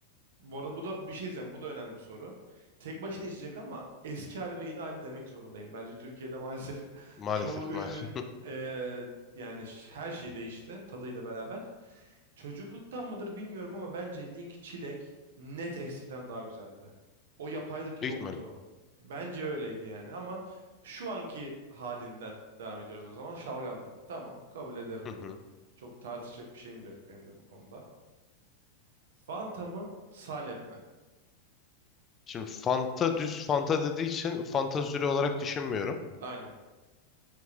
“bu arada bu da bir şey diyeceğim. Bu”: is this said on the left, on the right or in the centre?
Right